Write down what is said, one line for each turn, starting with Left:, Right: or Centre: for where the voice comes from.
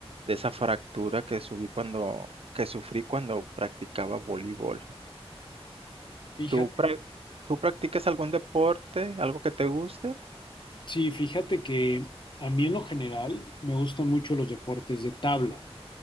Right: de esa fractura que subí cuando, que sufrí cuando practicaba voleibol.
Left: Fíjate,
Right: ¿Tú, prac- tú practicas algún deporte, algo que te guste?
Left: sí, fíjate que a mí en lo general me gustan mucho los deportes de tabla.